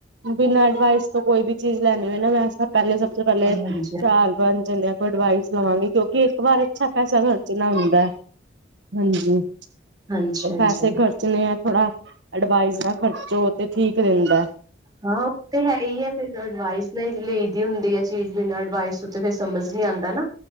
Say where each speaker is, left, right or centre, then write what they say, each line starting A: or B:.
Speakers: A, on the right; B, on the right.
A: ਬਿਨਾਂ ਐਡਵਾਈਸ ਤੋਂ ਕੋਈ ਵੀ ਚੀਜ਼ ਲੈਣੀ ਹੋਏ ਨਾ ਮੈਂ ਪਹਿਲੇ ਸਭ ਤੋਂ ਪਹਿਲੇ
B: ਹਾਂਜੀ
A: ਚਾਰ ਪੰਜ ਜਾਣਿਆ ਕੋਲ ਐਡਵਾਈਸ ਲਵਾਂਗੀ ਕਿਉਂਕਿ ਇੱਕ ਵਾਰ ਅੱਛਾ ਪੈਸਣ ਖਰਚਣਾ ਹੁੰਦਾ ਹਾਂਜੀ ਤੇ
B: ਹਾਂਜੀ ਹਾਂਜੀ
A: ਪੈਸੇ ਖਰਚਣੇ ਆ ਥੋੜਾ ਅਡਵਾਈਸ ਨਾਲ ਖਰਚੋ ਤੇ ਠੀਕ ਰਹਿੰਦਾ
B: ਹਾਂ ਉਹ ਤੇ ਹੈ ਹੀ ਹੈ ਫੇਰ ਅਡਵਾਈਸ ਨਾ ਲਈ ਦੀ ਹੁੰਦੀ ਆ ਚੀਜ਼ ਬਿਨਾਂ ਅਡਵਾਈਸ ਤੋਂ ਫਿਰ ਸਮਝ ਨੀ ਆਉਂਦਾ ਨਾ